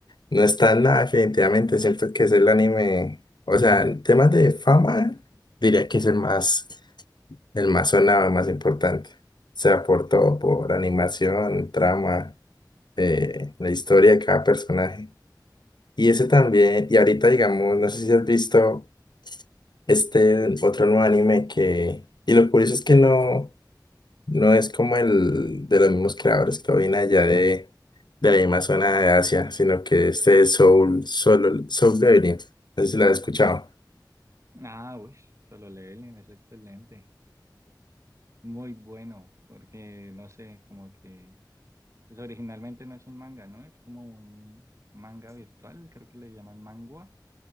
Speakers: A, on the left; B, on the right.
A: No está en nada, definitivamente. Siento que es el anime. O sea, en temas de fama, diría que es el más, el más sonado, el más importante. O sea, por todo, por animación, trama, eh, la historia de cada personaje. Y ese también, y ahorita, digamos, no sé si has visto este otro nuevo anime que. Y lo curioso es que no. No es como el de los mismos creadores que viene allá de, de la misma zona de Asia, sino que este es Soul, Soul, Soul Leveling. No sé si lo has escuchado.
B: Ah, uy, Solo Leveling es excelente. Muy bueno, porque no sé, como que Pues originalmente no es un manga, ¿no? Es como un manga virtual, creo que le llaman mangua.